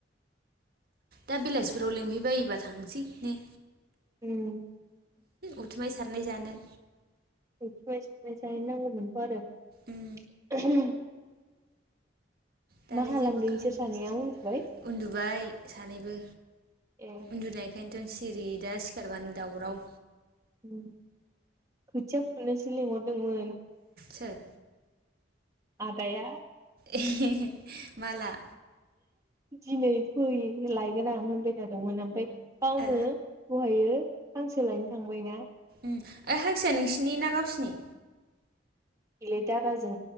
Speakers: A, on the right; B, on the right.
A: दा बिलासिफोराव लिंहैबायोबा थांसै ने
B: उम
A: उथुमाय सारनाय जानो
B: उरथुमाय सारनाय जाहैनांगौमोनथ' आरो
A: उम दालाय
B: मा खालामदों
A: जेबो खामानि
B: इसोर सानैया उन्दुबाय
A: उन्दुबाय सानैबो
B: ए
A: उन्दुनायखायनोथ' सिरि दा सिखारबानो दावराव
B: ओम खोथिया फुनोसो लिंहरदोंमोन
A: सोर?
B: आदाया
A: एहे माला?
B: दिनै फै लायगोन आं होनबाय थादोंमोन ओमफाय गावनो
A: ओ
B: दहायो हांसो लायनो थांबायना
A: ओइ हांसो नोंसिनि ना गावसिनि?
B: बिले दादाजों